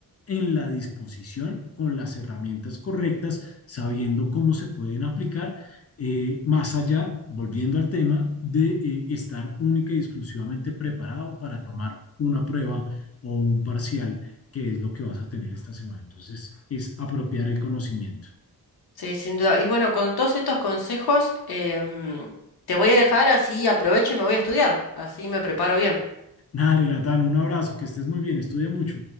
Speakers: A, on the left (about 40°); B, on the left (about 70°).
A: en la disposición con las herramientas correctas, sabiendo cómo se pueden aplicar, eh, más allá, volviendo al tema, de eh, estar única y exclusivamente preparado para tomar una prueba o un parcial, que es lo que vas a tener esta semana. Entonces, es apropiar el conocimiento.
B: Sí, sin duda. Y bueno, con todos estos consejos, em, te voy a dejar así aprovecho y me voy a estudiar. Así me preparo bien.
A: Dale, Natán, un abrazo, que estés muy bien, estudia mucho.